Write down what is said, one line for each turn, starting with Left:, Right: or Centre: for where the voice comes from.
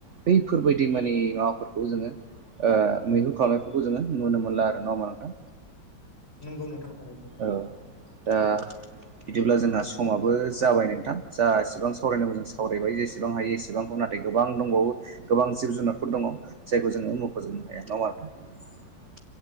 Right: बैफोरबायदि माने माबाफोर खौ जोङो ओ मैहुर खालामनायफोरखौ जोङो नुनो मोनला आरो नङा होनबा नोंथां
Left: नंगौ नोंथां थारैनो
Right: औ दा बिदिब्ला जोंहा समाबो जाबाय नोंथां जा एसिबां स सावरायनांगौ जों सावरायबाय जेसेबां हायो एसेबां नाथाय गोबां दंबावो गोबां जिब जुनारफोर दङ
Left: औ
Right: जायखौ जोङो मखजोबनो हाया नङा होनबा नोथां